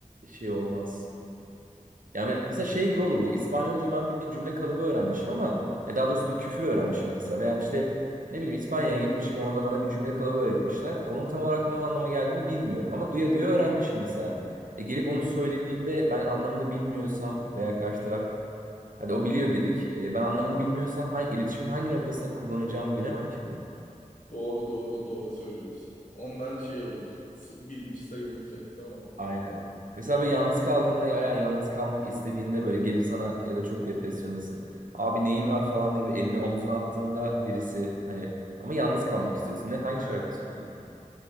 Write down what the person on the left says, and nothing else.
Hı.
Doğru doğru doğru söylüyorsun. Ondan şey olur. s- Bilmiş sayılmayacak değil mi?
Aha.